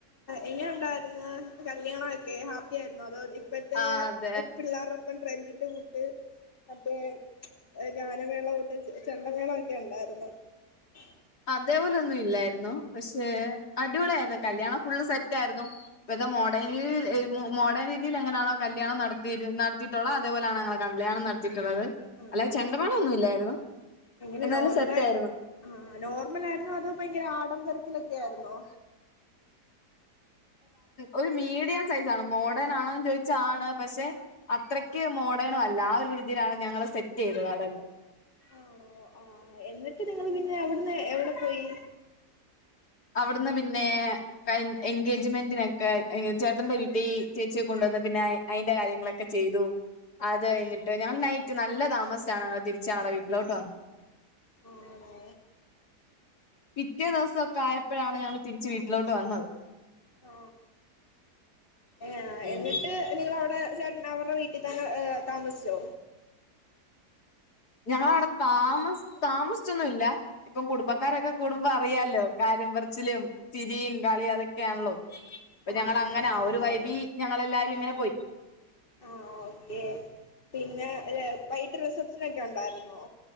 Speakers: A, on the left; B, on the left.
A: എങ്ങനെ ഉണ്ടായിരുന്ന കല്യാണൊക്കെ ഹാപ്പി ആയിരുന്നു അതോ? പ്പറ്റേ
B: ആ അതെ
A: പിള്ളേരുടൊപ്പം ട്രെൻഡിന്റെ കൂട്ട്- മറ്റേ ഗാനമേള കൂട്ട ചെണ്ടമേള ഒക്കെ ഉണ്ടായിരുന്നു ഉ
B: അതേപോലെ ഒന്നും ഇല്ലായിരുന്നു പക്ഷെ അടിപൊളിയ ആയിരുന്നു കല്യാണം ഫുള്ള് സെറ്റ ആായിരുന്നു ഇപ്പ ഇത് മോഡേൺ രീതിൽ മോഡേൺ രീതിയിൽ എങ്ങനാണോല്യാണംത്തി നടത്തി- അതേപോലെയാണ് ങ്ങള് കല്യാണം നടത്തിയിട്ടുള്ളത്.
A: ആണോ
B: അല്ല ചെണ്ടമാളൊന്നുംല്ലായിരുന്നു
A: എങ്ങനെ
B: എന്നാലും
A: നോർമലായി
B: സെറ്റ് ആയിരുന്നു
A: ആ നോർമൽ ആരുന്നോ അതോ ഭയങ്കര ആഡംബരത്തിലൊക്കെ ആയിരുന്നോ?
B: ഒരു മീഡിയം സൈസ് ആണ് മോഡേൺ ആണോന്ന് ചോദിച്ചാ ആണ് പക്ഷെ അത്രയ്ക്ക് മോഡേണ അല്ല ആ ഒരു രീതിയിലാണ് ഞങ്ങള്ൾ സെറ്റ് ചെയ്തത് അവിടെന്നെ
A: ആണോ ആ എന്നിട്ട് നിങ്ങള് പിന്നെ അവിടുന്ന്
B: അവിടെല്ലാം
A: എവിടെ പോയി
B: അവിടുന്ന് പിന്നെ- എൻഗേജ്മെന്റിനൊക്കെ ചേട്ടന്റെ വീട്ടിൽ ഈ ചേച്ചിയെ കൊണ്ടുവന്ന പിന്നെ- അയിന്റെ കാര്യങ്ങളൊക്കെ ചെയ്തു അത് കഴിഞ്ഞിട്ട് ഞങ്ങൾ നൈറ്റ് നല്ല താമസണ് ഞങ്ങള് തിരിച് ഞങ്ങളെ വീട്ടിലോട്ട് വന്നത്
A: ആണോ
B: പിറ്റേ ദിവസം ഒക്കെ ആയപ്പോഴാണ് ഞങ്ങള് തിരിച്ച് വീട്ടിലോട്ട് വന്നത്
A: ആ ഏ
B: ഉം
A: എന്നിട്ട് നിങ്ങ അവിടെ ചേട്ട അവരുടെ വീട്ടിൽ തന്നെ താമസിച്ചോ?
B: ഞങ്ങള അവിടെ താമ താമസിച്ചൊന്നുല്ല ഇപ്പം കുടുംബക്കാരൊക്കെ കൂടുമ്പോ അറിയാലോ കാര്യം പറച്ചിലും ചിരിയും കളിയും അതൊക്കെയാണല്ലോ അപ്പൊ
A: ആ
B: ഞങ്ങള അങ്ങനെ
A: ആ ശരി
B: ഒരു വൈബി
A: ശരി
B: ഞങ്ങളെല്ലാരും ങ്ങനെ പോയി
A: ആ ഓക്കേ പിന്നെ വൈറ്റ് റിസപ്ഷൻ ഒക്കെ ഉണ്ടായിരുന്നോ